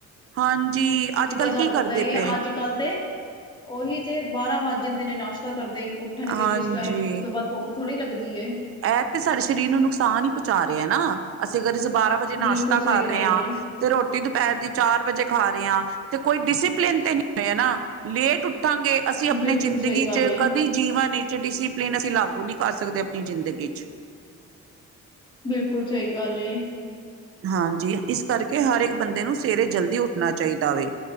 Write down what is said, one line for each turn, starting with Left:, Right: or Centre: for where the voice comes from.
Right: ਹਾਂਜੀ ਅੱਜ
Left: ਜਿੱਦਾਂ
Right: ਕੱਲ
Left: ਤੁਹਾਨੂੰ
Right: ਕੀ ਕਰਦੇ
Left: ਪਤਾ ਹੀ ਹੈ
Right: ਪਏ
Left: ਅੱਜ ਕੱਲ੍ਹ ਤੇ ਉਹੀ ਤੇ ਬਾਰਾਂ ਵੱਜ ਜਾਂਦੇ ਨੇ ਨਾਸ਼ਤਾ ਕਰਦੇ ਹੀ ਉੱਠਣਗੇ
Right: ਹਾਂਜੀ
Left: ਜਿਸ ਟਾਈਮ ਉਸ ਤੋਂ ਬਾਅਦ ਭੁੱਖ ਥੋੜੀ ਲੱਗਦੀ ਏ।
Right: ਐਹ ਤੇ ਸਾਡੇ ਸਰੀਰ ਨੂੰ ਨੁਕਸਾਨ ਹੀ ਪਹੁੰਚਾ ਰਿਹਾ ਹੈ ਨਾ ਅਸੀਂ ਅਗਰ ਅ ਬਾਰਾਂ ਵਜੇ ਨਾਸ਼ਤਾ
Left: ਬਿਲਕੁਲ ਸਹੀ
Right: ਕਰ ਰਹੇ
Left: ਗੱਲ
Right: ਹਾਂ।
Left: ਏ
Right: ਤੇ ਰੋਟੀ ਦੁਪਹਿਰ ਦੀ ਚਾਰ ਵਜੇ ਖਾ ਰਹੇ ਹ। ਤੇ ਕੋਈ ਡਿਸਿਪਲਿਨ ਤੇ ਨਹੀਂ ਹੈ ਨਾ ਲੇਟ ਉੱਠਾਂਗੇ ਅਸੀਂ ਆਪਣੇ
Left: ਬਿਲਕੁਲ
Right: ਜ਼ਿੰਦਗੀ
Left: ਸਹੀ ਗੱਲ
Right: ਚ
Left: ਏ
Right: ਕਦੀ ਜੀਵਨ ਵਿੱਚ ਡਿਸੀਪਲੀਨ ਅਸੀਂ ਲਾਗੂ ਨਹੀਂ ਕਰ ਸਕਦੇ ਆਪਣੀ ਜ਼ਿੰਦਗੀ ਚ।
Left: ਬਿਲਕੁਲ ਸਹੀ ਗੱਲ ਏ।
Right: ਹਾਂਜੀ ਇਸ ਕਰਕੇ ਹਰ ਇੱਕ ਬੰਦੇ ਨੂੰ ਸਵੇਰੇ ਜਲਦੀ ਉੱਠਣਾ ਚਾਹੀਦਾ ਵੇ